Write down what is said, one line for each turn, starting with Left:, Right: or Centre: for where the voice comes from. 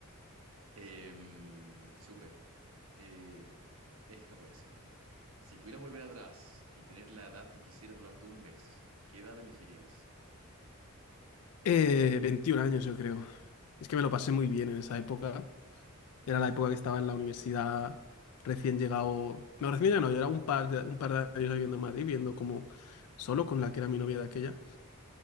Right: Em, súper. Eh, esta puede ser. Si pudieras volver atrás y tener la edad que quisieras durante un mes, ¿qué edad elegirías?
Left: Eh, 21 años, yo creo. Es que me lo pasé muy bien en esa época. Era la época que estaba en la universidad, recién llegado. No, recién llegado no, yo era un par de, un par de años viviendo en Madrid, viendo como solo con la que era mi novia de aquella.